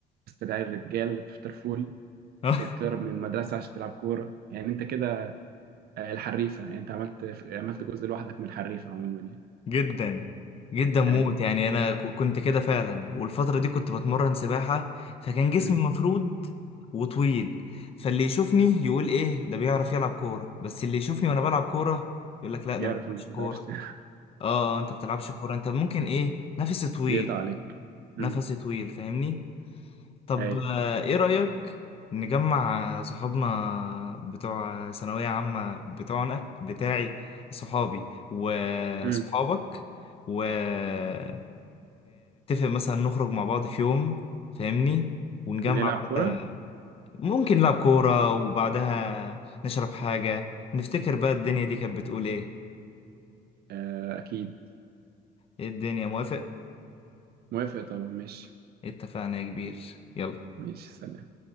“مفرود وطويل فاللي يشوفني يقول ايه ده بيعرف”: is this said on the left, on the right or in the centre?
Left